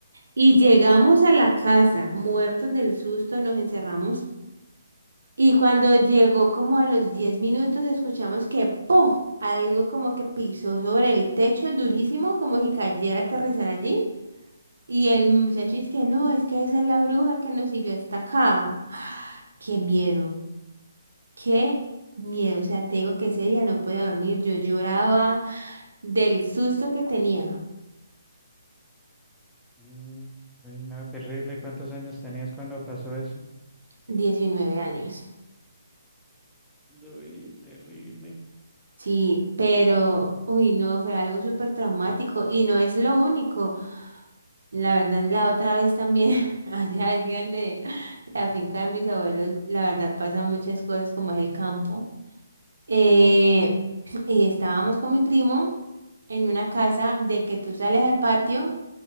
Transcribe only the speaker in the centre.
Mm, uy, no, terrible. ¿Cuántos años tenías cuando pasó eso?
Uy, terrible.